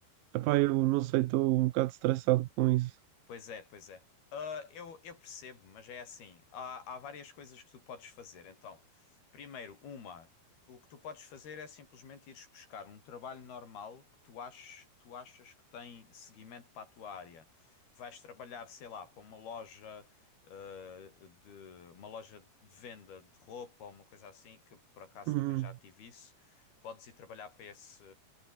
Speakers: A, on the right; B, on the left.
A: Epá, eu não sei, estou um bocado estressado com isso.
B: Pois é, pois é. Ah, eu, eu percebo, mas é assim. Há, há várias coisas que tu podes fazer. Então, primeiro, uma, o que tu podes fazer é simplesmente ires buscar um trabalho normal que tu aches, tu achas que tem seguimento para a tua área. Vais trabalhar, sei lá, para uma loja, ah, de uma loja de venda de roupa ou uma coisa assim, que eu, por acaso
A: Uhum.
B: também já tive isso. Podes ir trabalhar para esse,